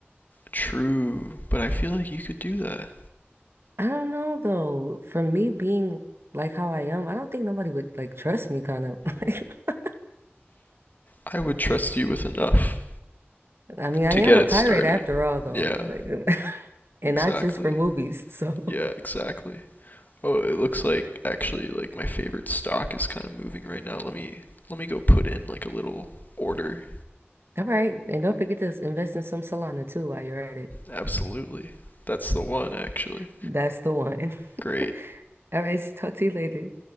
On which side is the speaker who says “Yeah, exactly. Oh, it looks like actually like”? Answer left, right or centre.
Left